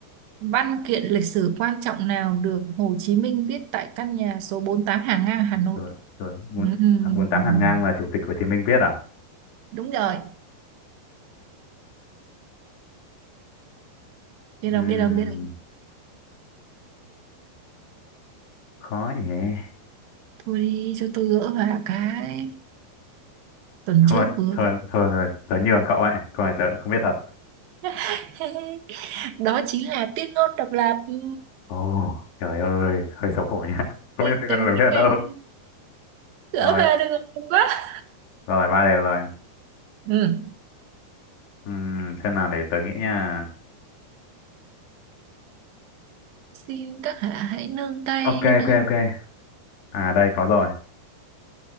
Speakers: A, on the right; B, on the left.
A: văn kiện lịch sử quan trọng nào được Hồ Chí Minh viết tại căn nhà số 48 Hàng Ngang Hà Nội
B: rồi rồi bốn
A: Ừm,
B: à, bốn tám hàng ngang là chủ tịch Hồ Chí Minh viết à
A: đúng rồi biết
B: Ừm,
A: rồi biết rồi biết rồi
B: khó nhỉ
A: thôi đi cho tôi gỡ vào cái tuần
B: thôi
A: trước vừa
B: thôi thôi rồi tớ nhường cậu ấy câu này tớ cũng không biết thật
A: <laughs> đó chính là tiết ngôn độc lập Ừ,
B: ồ trời ơi hơi xấu hổ nhá <laughs> không
A: anh
B: biết tớ còn
A: tình
B: được biết
A: cách anh
B: đâu
A: gỡ
B: rồi
A: về được rồi không quá
B: rồi ba đều rồi
A: ừ.
B: Ừm, xem nào để tớ nghĩ nha
A: xin các hạ hãy nương tay
B: ok
A: nương
B: ok ok à đây có rồi